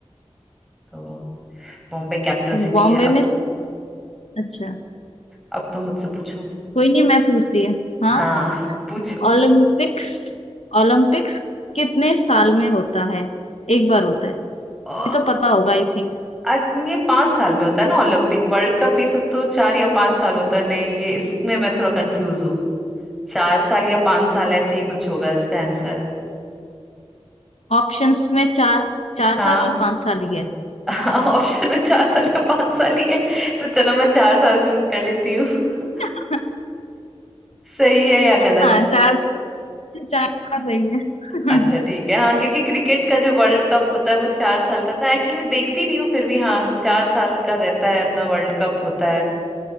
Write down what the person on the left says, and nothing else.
बॉम्बे
में स- अच्छा
कोई नहीं मैं पूछती है हाँ
ओलंपिक्स ओलंपिक्स कितने साल में होता है एक बार होता है ये
तो पता होगा आई थिंक
ऑप्शंस में चार चार
साल और पांच साल ही है
<laughs>
हाँ चार चार साल सही है <laughs>